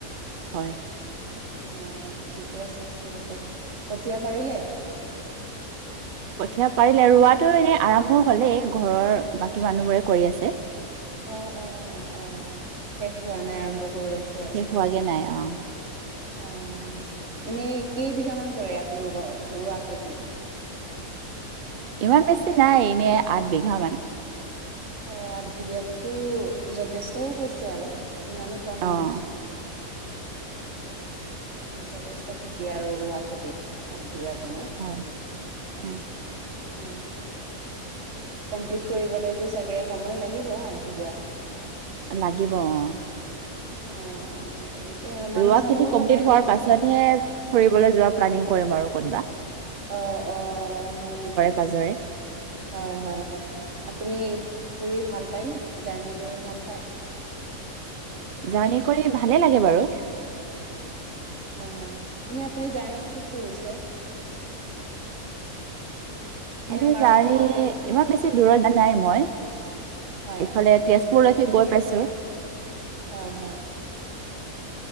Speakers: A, on the right; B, on the right.
A: হয়।
B: হয় হয় ঠিকে আছে ঠিকে আছে কঠীয়া পাৰিলে?
A: কঠিয়া পাৰিলে ৰোৱাটো এনেই আৰম্ভ হলেই ঘৰৰ বাকী মানুহ বোৰে কৰি আছে
B: অ' অ' অ' শেষ হোৱা নাই আৰম্ভ কৰি আছে আৰু
A: শেষ হোৱাগে নাই অ'
B: অ' এনেই‌ কেইবিঘা মান কৰে আপোনালোকৰ ৰোৱা খেতি
A: ইমান বেছি নাই এনেই আঠ বিঘা মান
B: অ' আঠ ভিঘাটো যথেষ্টয়ে হৈছে আৰু ইমানো কম
A: অ',
B: নহয় যথেষ্ট খেতি আৰু ৰোৱা খেতিত আঠ বিঘাতো ন
A: হয় অ',
B: উম কমপ্লিট কৰিবলৈটো চাগে সময় লাগিব আঠবিঘা
A: লাগিব অ'
B: অ' তেনেকেই আৰু
A: ৰোৱা
B: মানুহ
A: খেতি
B: চানুহও
A: কমপ্লিট
B: লগাই
A: হোৱাৰ
B: দিয়ে
A: পাছতহে
B: চাগে
A: ফুৰিবলৈ যোৱা প্লেনিং কৰিম আৰু কোনোবা
B: অ' অ' হয় নেকি
A: পাজৰে
B: হয় হয় আপুনি ফুৰি ভাল পায় নে জাৰ্ণি কৰি ভাল পায়
A: জাৰ্ণি কৰি ভালে লাগে বাৰু
B: হয় হয় এনে আপুনি জাৰ্ণি ক'ত কৰিছে?
A: এনে
B: আমাৰ
A: জাৰ্নী
B: অসমতে
A: ইমান বেছি বছি দূৰত নাই মই
B: হয়,
A: ইফালে তেজপুৰলৈকে গৈ পাইছো
B: হয় হয়